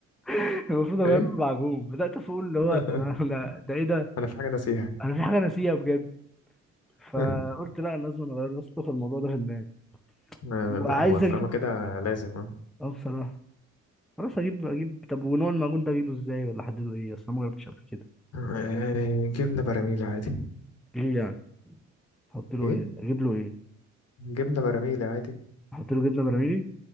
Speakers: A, in the centre; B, on the left (about 55°).
A: <laughs> المفروض اغير
B: ايه
A: له المعجون بدأت اقول اللي هو
B: <laughs>
A: انا أنا- ده ايه ده
B: انا في حاجة ناسيها
A: انا في حاجة ناسيها بجد فقلت
B: <laughs>
A: لا انا لازم اغير يا اسطى في الموضوع ده في دماغي
B: آه.
A: وعايز
B: لا هو طالما
A: اجيب
B: كده لازم اه
A: اه بصراحة خلاص اجيب اجيب طب ونوع المعجون ده اجيبه ازاي ولا احدده ايه اصل أنا ما جربتش قبل كده
B: آه، جبنة براميل عادي
A: ليه يعني احط له
B: ايه
A: ايه اجيب له ايه
B: جبنة براميل عادي
A: احط له جبنه براميلي